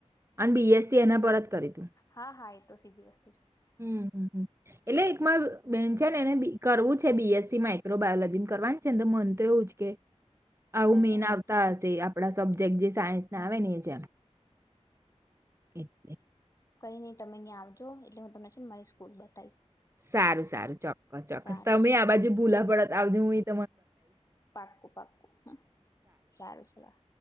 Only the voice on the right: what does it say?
અને બીએસસી
એના પરત કરીતિ.
હમ્મ હમ્મ હમ્મ એટલે એકમાંર બેન છેન એને કરવું જ છે બીએસસી માઇક્રો બાયોલોજી કરવાની છે તો મન તો એવું જ કે આવું
મેન આવતા હશે આપડા સબ્જેક્ટ જે સાયન્સ ના આવે ને એ જેમ. એટલે.
સારું સારું ચોક્કસ ચોક્કસ
તમે
આ બાજુ ભૂલા પડત આવતા. <unintelligible>